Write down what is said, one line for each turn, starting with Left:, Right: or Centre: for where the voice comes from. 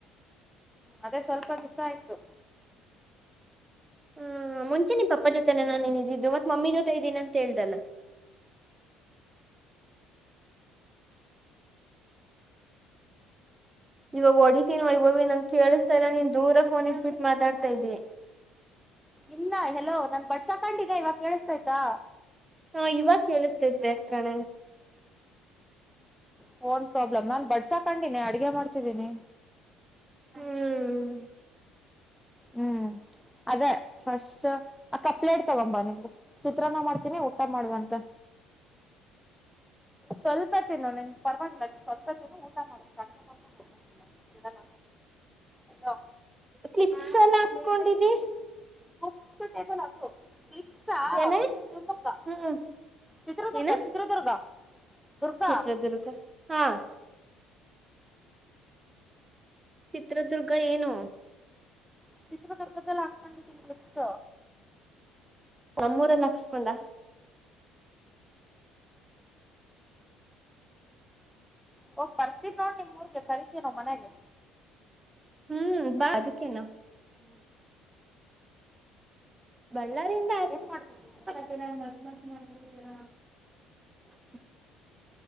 Centre: ಅದೇ ಸ್ವಲ್ಪ ದಿವಸ ಆಯ್ತು
Right: ಹ್ಮ ಮುಂಚೆ ನಿನ್ ಪಪ್ಪಾ ಜೊತೆನೆ ನಾನುೇನ ಇದಿದ್ದು ಮತ್ ಮಮ್ಮಿ ಜೊತೆ ಇದೀನಿ ಅಂತ ಹೇಳ್ದಲ್ಲಾ ಇವಾಗ ಹೊಡಿತೀನಿ ಯವೋವಿ ನಂ ಕೇಳಿಸ್ತಾರಾ ನೀನ್ ದೂರ ಫೋನ್ ಇಟ್ಬಟ್ಟು ಮಾತಾಡ್ತಾ ಇದ್ದಿ
Centre: ಇನ್ನ ಹೆಲೋ ನಾನ್ ಬಡ್ಸಾಕಂಡಿದೆ ಇವಾಗ ಕೇಳಿಸತಾಯ್ತಾ
Right: ಹಾ ಇವಾಗ ಕೇಳಿಸ್ತೇತೆ ಕಣ
Centre: ಪೋನ್ ಪ್ರಾಬ್ಲೆಮ್ ಆ ಓನ್ ಪ್ರಾಬ್ಲಮ್ ನಾನ್ ಬಡ್ಸಾ ಕಂಡೀಿನಿ ಅಡ್ಗೆ ಮಾಡ್ತಿದ್ದೀನಿ
Right: ಹ್ಮ್
Centre: ಹ್ಮ್ ಅದೇ ಫಸ್ಟ್ ಆ ಕಪ್ಲೇಟ್ ತಗೊಂಬ ನಿಮ್ದು ಚಿತ್ರಾನ್ನ ಮಾಡ್ತೀನಿ ಊಟ ಮಾಡ್ಬ ಅಂತ ಸ್ವಲ್ಪ ತಿಿನ ನಿನ್ ಪರವಾಗಿಲ್ಲ ಅ ಸ್ವಲ್ಪ ದಿನ ಊಟ ಮಾಡ ಅಂೆ ಇ ನ ಅಲ್ಲೋ
Right: ಕ್ಲಿಪ್ಸ್ ಎಲ್ಲ ಹಾಕ್ಸ್ಕೊಂಡಿದಿ
Centre: ಬುಕ್ಸ ಟೇಬಲ್ ಹಾಕೋ ತ್ರಿಪ್ಸಾ
Right: ಏನ
Centre: ಶಿವಮೊಗ್ಗ
Right: ಹ್ಮ್
Centre: ಚಿತ್ರದುರ್ಗ
Right: ಏನ
Centre: ಚಿತ್ರದುರ್ಗ ದುರ್ಗ
Right: ಚಿತ್ರದುರ್ಗ ಹಾ ಚಿತ್ರದುರ್ಗ ಏನು
Centre: ಚಿತ್ರ ಕರ್ಕದೆಲ್ಲ ಹಾಕ್ಸ್ಕೊಂಡಿದನಿ ಲಿಪ್ಸ
Right: ನಮ್ಮೂರಲ್ಲ ಹಾಕ್ಸ್ಕೊಂಡ
Centre: ಹೋಗ್ ಬರ್ತಿದ್ ನೋಡ್ ನಿಮ್ ಊರ್ಗೆ ಕರಿೀತೀನೋ ಮನೆಗೆ
Right: ಹ್ಮ್ ಬಾ ಆ ದು ಕೆನ ಬಳ್ಳಾರಿಿಂದ
Centre: ಏನ್ ಮಾಡ್ತಿದೀಿ
Right: <unintelligible>